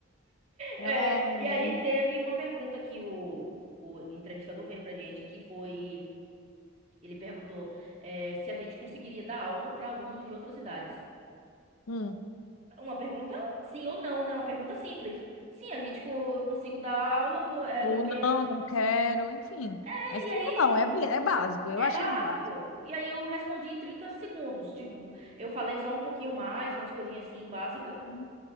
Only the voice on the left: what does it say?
Ai,
Hum.
Ou
não, não quero, enfim.
É sim
ou não, é, bi- é básico. Eu
achei
básico.
uhum.